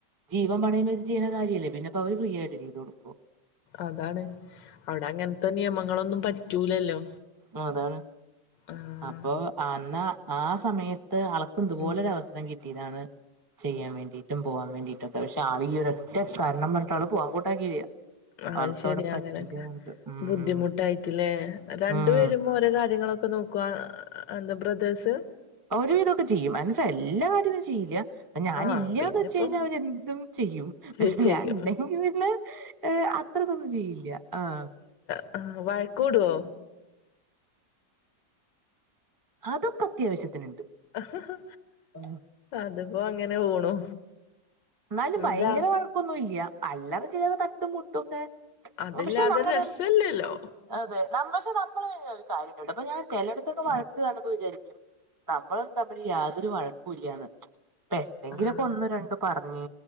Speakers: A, on the right; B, on the left.
A: ജീവ പണയ വച്ച് ചെയ്യുന്ന കാര്യല്ലേ പിന്നെപ്പ അവര് ഫ്രീ ആയിട്ട് ചെയ്തു കൊടുക്കോ
B: അതാണ് അവിടെ അങ്ങനത്തെ നിയമങ്ങളൊന്നും പറ്റൂലല്ലോ
A: ആ അതാണ്
B: ആഹ്.
A: അപ്പൊ അന്ന ആ സമയത്ത് അളക്ക് ഇതുപോലെ
B: ഉം.
A: ഒരു അവസരം കിട്ടിയതാണ് ചെയ്യാൻ വേണ്ടിയിട്ടും പോവാൻ വേണ്ടിയിട്ടൊക്കെ പക്ഷെ ആൾ ഈ ഒരൊറ്റ കാരണം പറഞ്ഞട്ട് ആള് പോവാൻ കൂട്ടാക്കിയില്ല
B: അത്
A: ആൾക്കവിടെ
B: ശെരിയാ
A: പറ്റില്ല
B: അങ്ങനൊക്കെ
A: ഉം
B: ബുദ്ധിമുട്ടായിട്ടില്ലേ രണ്ടു
A: ഉം
B: പേരും ഓരോ കാര്യങ്ങളൊക്കെ നോക് എന്ത ബദേർസ്
A: ഒരുവിതൊക്കെ ചെയ്യും മനസ്സ എല്ലാ കാര്യൊ ഒന്നും ചെയ്യില്ല ഞാനില്ലാന്ന്
B: ആഹ് പിന്നെപ്പോ
A: വെച്ച കഴിഞ്ഞാൽ അവന എന്തും ചെയ്യും
B: ചെ
A: പക്ഷെ
B: ചെയ്യും.
A: ഞാൻ ണ്ടെങ്കിൽ പിന്നെ- ഏ അത്രതൊന്നും ചെയ്യില്ല ആഹ്
B: ആ വഴക്കോടോ?
A: അതൊക്കെ അത്യാവശ്യത്തിനുണ്ട്
B: അ ഹാ ഹാ
A: <unintelligible>
B: അതിപ്പോ അങ്ങനെ പോണു
A: ന്നാലും ഭയങ്കര
B: എന്താ
A: വഴക്കൊന്നുല്ല അല്ലത ചിലറ തട്ടും മുട്ടുംക്കെ-
B: അതില്ലാതെ
A: പക്ഷെ നങ്ങന-
B: രസല്ലല്ലോ.
A: അതെ ന പക്ഷെ നമ്മള് ക ഒരു കാര്യണ്ട് അപ്പ ഞൻ ചിലയിടത്തൊക്കെ വഴക്ക് കാണുമ്പോൾ വിചാരിക്കും നമ്മളും തമ്മിൽ യാതൊരു വഴക്ക ഇല്ലന്ന് ഇപ്പ എന്തെങ്കിലൊക്കെ
B: ആഹ്.
A: ഒന്ന് രണ്ടു പറഞ്ഞ്